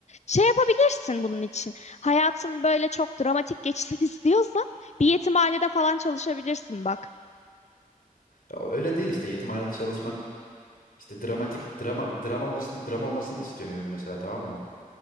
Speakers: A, on the left (about 50°); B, on the left (about 75°).
A: Şey yapabilirsin bunun için. Hayatın böyle çok dramatik geçsin <laughs> istiyorsan bir yetimhanede falan çalışabilirsin bak.
B: Ya öyle değil işte yetimhanede çalışmak işte dramatik drama dram olmasını dram olmasını istemiyorum mesela tamam mı?